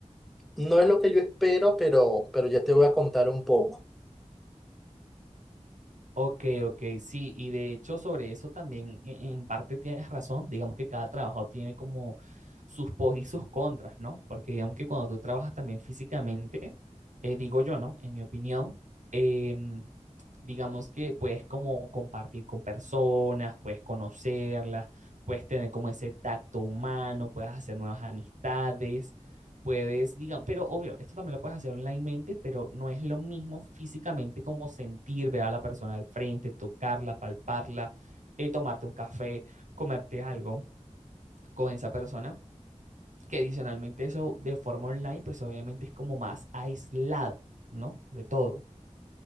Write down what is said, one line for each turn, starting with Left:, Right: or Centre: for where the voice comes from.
Centre: no es lo que yo espero, pero, pero ya te voy a contar un poco.
Right: Ok, ok, sí, y de hecho sobre eso también en en parte tienes razón, digamos que cada trabajo tiene como sus pos y sus contras, ¿no? Porque digamos que cuando tú trabajas también físicamente, eh, digo yo, ¿no? En mi opinión, em, digamos que puedes como compartir con personas, puedes conocerlas, puedes tener como ese tacto humano, puedes hacer nuevas amistades, puedes, digamos, pero obvio, esto también lo puedes hacer onlinemente, pero no es lo mismo físicamente como sentir, ver a la persona al frente, tocarla, palparla, eh, tomarte un café, comerte algo con esa persona, que adicionalmente eso de forma online, pues obviamente es como más aislado, ¿no? De todo.